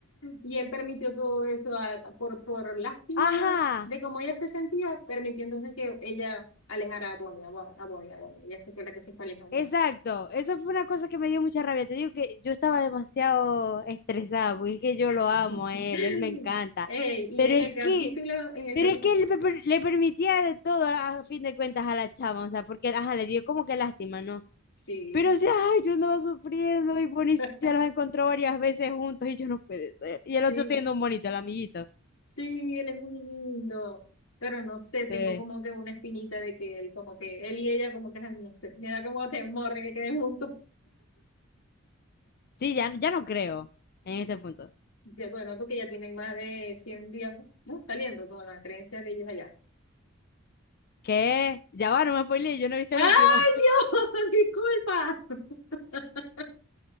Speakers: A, on the left; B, on the left.
A: Y él permitió todo eso a- a- por, por lástima
B: Ajá.
A: de cómo ella se sentía, permitió entonces que ella alejara a Bonnie, a Bo- a Bonnie, a Bonnie. Ella se fue la que se fue alejando.
B: Exacto, eso fue una cosa que me dio mucha rabia. Te digo que yo estaba demasiado estresada, porque es que yo lo amo
A: <laughs>
B: a él, él me encanta.
A: Ey, y
B: Pero
A: en
B: es
A: el capítulo,
B: que,
A: en el
B: pero
A: capítulo,
B: es que él pe- per- le permitía de todo a fin de cuentas a la chama, o sea, porque ajá, le dio como que lástima, ¿no?
A: sí,
B: Pero o sea, ay, yo andaba sufriendo y Bonnie
A: <laughs>
B: se los encontró varias veces juntos y yo no puede ser. Y el
A: sí,
B: otro siendo un bonito, el amiguito.
A: sí, él es muy lindo, pero no sé, tengo
B: Sí.
A: como que una espinita de que él, como que él y ella, como que, ay, no sé, me da como temor de que queden juntos.
B: Sí, ya, ya no creo en este punto.
A: Ya, bueno, porque ya tienen más de 100 días, ¿no? Saliendo con la creencia de ellos allá.
B: ¿Qué? Ya va, no me spoileé, yo no he visto
A: ¡Ay,
B: el último.
A: Dios! <laughs> Disculpa. <laughs>